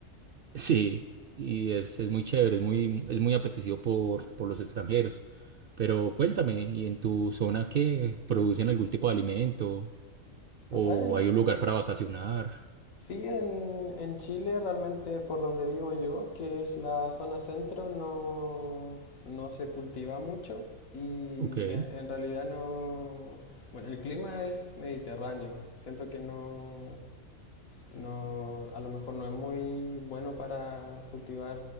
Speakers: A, on the right; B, on the left.
A: Sí, y es, es muy chévere, es muy, es muy apetecido por, por los extranjeros. Pero cuéntame, ¿y en tu zona qué producen algún tipo de alimento? ¿O
B: O sea, en,
A: hay un
B: en-
A: lugar para vacacionar?
B: sí, en, en Chile realmente por donde vivo yo, que es la zona centro, no, no se cultiva mucho y
A: Ok.
B: en, en realidad no... Bueno, el clima es mediterráneo. Siento que no... no, a lo mejor no es muy bueno para cultivar